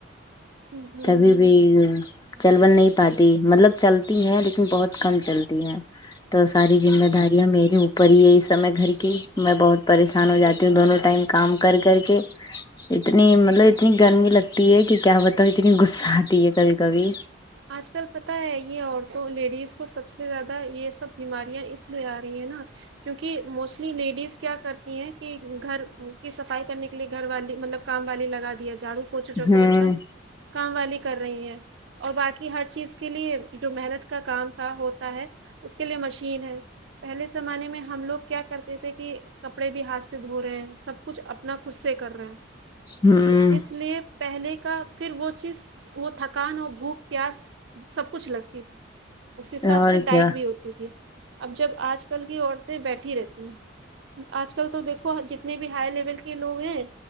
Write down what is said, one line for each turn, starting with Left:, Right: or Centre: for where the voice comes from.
Right: ہوں
Left: کبھی بھی چل ول نہیں پاتی مطلب چلتی ہیں لیکن بہت کم چلتی ہیں تو ساری ذمہ داریاں میرے اوپر ہی ہے اس سمے گھر کی میں بہت پریشان ہو جاتی ہوں دونوں ٹائم کام کر کر کے اتنی مطلب اتنی گرمی لگتی ہے کہ کیا ب تب اتنی غصہ آتی ہے کبھی کبھی
Right: آج کل پتا ہے یہ عورتوں لیڈیز کو سب سے زیادہ یہ سب بیماریاں اس لیے آ رہی ہیں نا کیونکہ موسٹلی لیڈیز کیا کرتی ہیں کہ گھر کی صفائی کرنے کے لیے گھر والی مطلب کام والی لگا دیا جھاڑو پوچھا چوکو
Left: ہوں
Right: برتن کام والی کر رہی ہیں اور باقی ہر چیز کے لیے جو محنت کا کام تھا ہوتا ہے اس کے لیے مشین ہے پہلے زمانے میں ہم لوگ کیا کرتے تھے کہ کپڑے بھی ہاتھ سے دھو رہے ہیں سب کچھ اپنا خود سے کر رہے ہیں
Left: ہوں
Right: تو اس لیے پہلے کا پھر وہ چیز وہ تھکان اور بھوک پیاس سب کچھ لگتی تھی اس حساب
Left: اور
Right: سے ڈائٹ
Left: کیا
Right: بھی ہوتی تھی اب جب آج کل کی عورتیں بیٹھی رہتی ہیں آج کل تو دیکھو جتنے بھی ہائی لیول کے لوگ ہیں